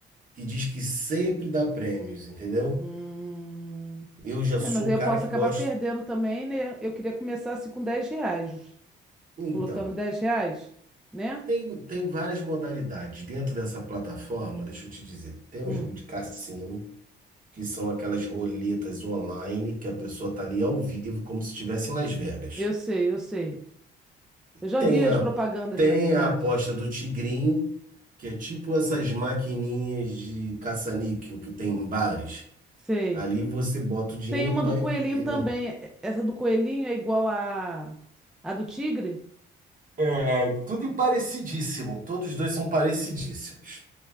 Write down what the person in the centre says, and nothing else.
Hum.
É, mas aí
eu
posso
acabar
perdendo também, né? Eu queria começar assim com 10 reais.
Colocando 10 reais, né?
Hum.
Eu sei, eu sei. Eu já
vi as
propagandas,
na verdade.
Sei.
Tem uma
do coelhinho
também. E- Essa do coelhinho é igual a, a do tigre?